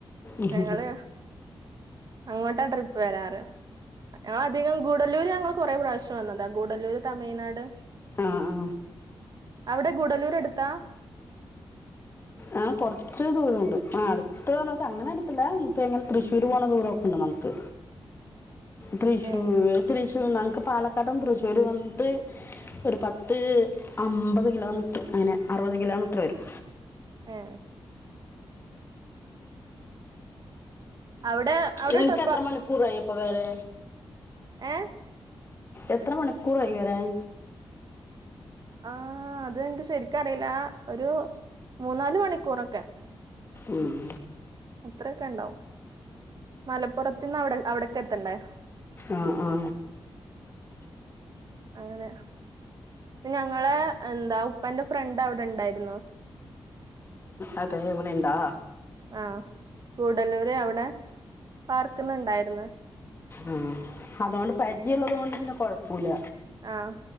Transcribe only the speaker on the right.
ഞങ്ങള് അങ്ങോട്ടാ ട്രിപ്പ് വരാറ് ഞങ്ങളധികം ഗൂഡല്ലൂര് ഞങ്ങള് കൊറേ പ്രാവശ്യം വന്നതാ ഗൂഡല്ലൂര് തമിയ്നാട്
അവിടെ ഗൂഡല്ലൂരടുത് ത്താ
ഏ
ഏഹ് അവിടെ അവിടെ
ഏഹ്
ആഹ് അതെൻക്ക് ശരിക്കറിയില്ലാ ഒരു മൂന്നാല് മണിക്കൂറൊക്കെ
അത്രയൊക്കെണ്ടോ മലപ്പൊറത്തിന്നവിടെ അവിടെക്കെത്തണ്ടേ
അങ്ങനെ ഞങ്ങളെ എന്താ ഉപ്പാൻ്റെ ഫ്രണ്ടവിടെണ്ടായിരുന്നു
ആഹ് ഗൂഡല്ലൂര് അവിടെ പാർക്കുന്നുണ്ടായിര്ന്ന്
ആഹ്